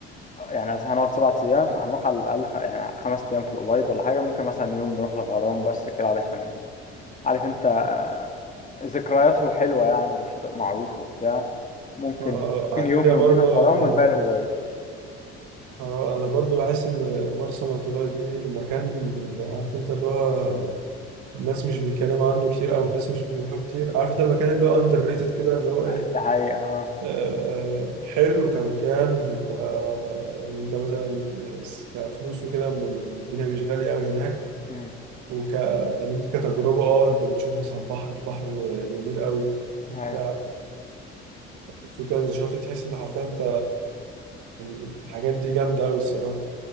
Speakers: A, on the left (about 25°); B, on the right (about 60°).
A: يعني مثلا هنقعد سبعة ايام هنروح على الاقل خ... يعني خمس ايام في الابيض ولا حاجه ممكن مثلا يوم نروح الغرام بس كده علشان عارف انت آه، ذكرياته حلوه يعني والشاطئ معروف وبتاع ممكن
B: آه،
A: ممكن
B: على
A: يوم
B: فكرة
A: يومين
B: برضه
A: الغرام
B: أنا
A: والباقي الأوبايد
B: اه انا برضو بحس ان مرسى مطروح دي مكان عارف انت اللي هو الناس مش بيتكلموا عنه كتير او الناس مش بيروحوا كتير عارف انت المكان اللي هو اندر ريتد كده اللي هو ايه
A: ده حقيقة اه
B: آه حلو كمكان وك يعني انت مثلا كفلوس وكده الدنيا مش غالية قوي هناك
A: أمم،
B: وك إن انت كتجربة اه انت بتشوف مثلا بحر بحر جميل قوي وبتاع
A: أيوة
B: في كذا شاطئ تحس ان حرفيا انت يعني الحاجات دي جامدة قوي الصراحة